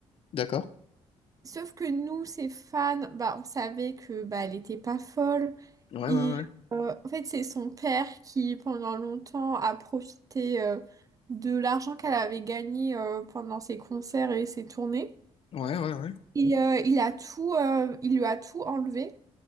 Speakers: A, on the left (about 55°); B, on the right (about 30°).
A: d'accord.
B: Sauf que nous, ses fans, bah, on savait que bah, elle était pas folle.
A: Ouais,
B: Et
A: ouais, ouais.
B: euh, en fait, c'est son père qui, pendant longtemps, a profité euh, de l'argent qu'elle avait gagné euh, pendant ses concerts et ses tournées.
A: Ouais, ouais, ouais.
B: Et euh, il a tout, euh, il lui a tout enlevé.